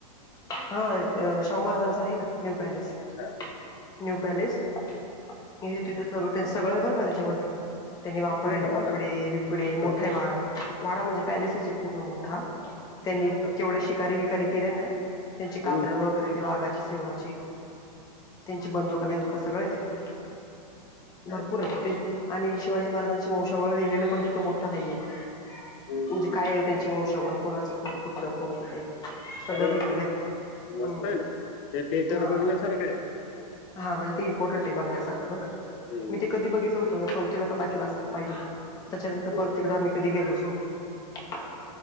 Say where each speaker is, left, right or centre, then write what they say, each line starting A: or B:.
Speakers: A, on the left; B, on the left.
A: हा शाहू महारजांचा आहे ना न्यू पॅलेस
B: अच्छा
A: न्यू पॅलेस हे तिथ सगळं भर का त्याच्यामध्ये त्यांनी वाप
B: मोठा
A: वापरलेले
B: आहे का वाडा
A: कपडे, बिपडे मोठा
B: हा, हा,
A: आहे वाडा, वाडा म्हणजे पॅलेसेस पूर्ण मोठा त्यांनी
B: हा.
A: केवढ्या शिकारी, बिकारी केल्या ना त्यांची कातड
B: हम्म.
A: वगैरे ते वाघाच्या सिंवा त्यांची बंदुका, बिंदुका सगळं आहे तिथ भरपूर
B: अच्छा
A: आहे आणि शिवाजी महाराजांची वंशावळ लिहिलेलं पण तिथे मोठं आहे एक
B: हम्म.
A: म्हणजे काय आहे त्यांची वंशावळ कोणाचं कोण कुठलं कोण कुठं सगळं
B: अरे
A: लिहिलेलं
B: वा
A: आहे
B: मस्त
A: हू
B: आहे ना मग. ते ते तर
A: हा,
B: बघण्यासारखं आहे
A: हा हा म्हणजे ते इम्पॉर्टंट आहे बघण्यासारखं बघ
B: हम्म.
A: मी ते कधी बघितलं होतं चौथीला का पाचवीला असताना पाहिले त्याच्यानंतर
B: हम्म.
A: परत तिकडं आम्ही कधी गेलोच नाही